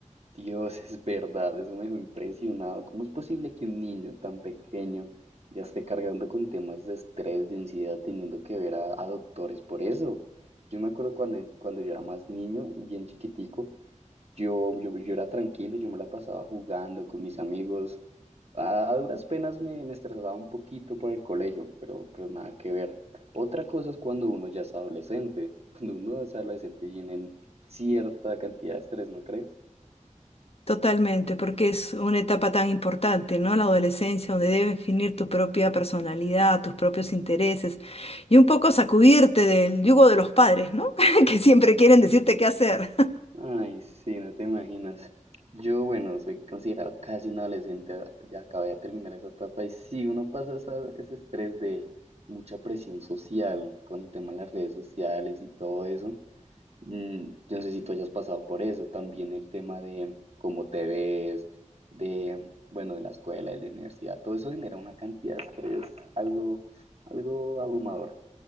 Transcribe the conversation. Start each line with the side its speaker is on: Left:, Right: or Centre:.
Right: Dios, es verdad, eso me dejó impresionado. ¿Cómo es posible que un niño tan pequeño ya esté cargando con temas de estrés, de ansiedad, teniendo que ver a, a doctores por eso? Yo me acuerdo cuando, cuando yo era más niño, bien chiquitico, yo, yo, yo era tranquilo, yo me la pasaba jugando con mis amigos, A, a duras penas me, me estresaba un poquito por el colegio, pero, pero nada que ver. Otra cosa es cuando uno ya es adolescente. <laughs> Cuando uno es adolescente tienen cierta cantidad de estrés, ¿no crees?
Left: Totalmente, porque es una etapa tan importante, ¿no? La adolescencia, donde debes definir tu propia personalidad, tus propios intereses y un poco sacudirte del yugo de los padres, ¿no? <laughs> Que siempre quieren decirte qué hacer.
Right: Ay, sí, no te imaginas. Yo, bueno, soy considerado casi un adolescente, ya acabé de terminar esa etapa y sí, uno pasa esa- ese estrés de mucha presión social con el tema de las redes sociales y todo eso. Mm, no sé si tú hayas pasado por eso, también el tema de cómo te ves, de, bueno, de la escuela, de la universidad, todo eso genera una cantidad de estrés, algo, algo abrumador.